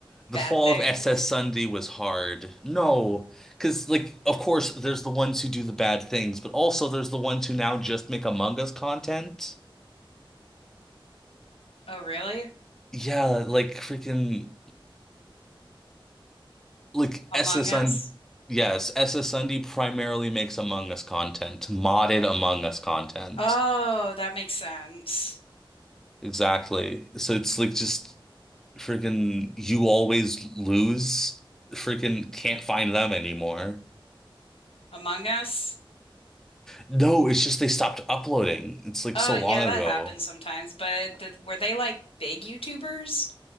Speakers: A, in the centre; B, on the left (about 90°).
A: The
B: Bad
A: Fall
B: things.
A: of SS Sunday was hard. No, because like of course there's the ones who do the bad things, but also there's the ones who now just make Among Us content.
B: Oh, really?
A: Yeah, like freaking like
B: Among
A: SS
B: Us?
A: on yes, SS Sunday primarily makes Among Us content, modded Among Us content.
B: Oh, that makes sense.
A: Exactly. So it's like just. Freaking, you always lose. Freaking, can't find them anymore.
B: Among Us?
A: No, it's just they stopped uploading. It's like
B: Oh,
A: so long
B: yeah, that
A: ago.
B: happens sometimes, but th were they like big YouTubers?